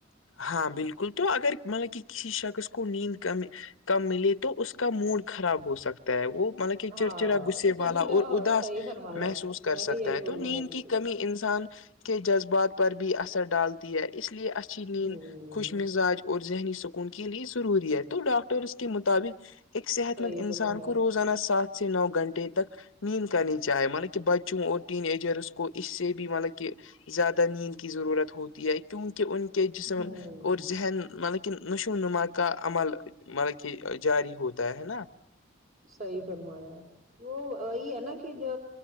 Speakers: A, on the left; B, on the right.
A: ہاں بالکل تو اگر مطلب کہ کسی شخص کو نیند کم ہے کم ملے تو اس کا موڈ خراب ہو سکتا ہے وہ ملک چڈ
B: ہاں
A: چھیڑا غصے
B: چڑچڑا
A: والا اور
B: ہو
A: اداس
B: صحیح فرمایا
A: محسوس
B: آپ نے
A: کر
B: میں بھی
A: سکتا
B: یہی
A: ہے تو
B: بولنے
A: نیند
B: والی
A: کی
B: تھی
A: کمی انسان کے جذبات پر بھی اثر ڈالتی ہے اس لیے اچھی نیند
B: ہ
A: خوش مزاج اور ذہنی سکون کے لیے ضروری ہے تو ڈاکٹر اس کے مطابق ایک صحت
B: صحیح
A: مند انسان
B: فرمایا
A: کو روزانہ سات سے نو گھنٹے تک نیند کرنی چاہے ملک کہ بچوں اور ٹین ایجرس کو اس سے بھی ملک کہ زیادہ نیند کی ضرورت ہوتی ہے کیونکہ ان کے جسم
B: ہوں
A: اور ذہن ملک نشو نما کا عمل ملک کہ جاری ہوتا ہے نا
B: صحیح فرمایا وہ یہی ہے نا کہ جو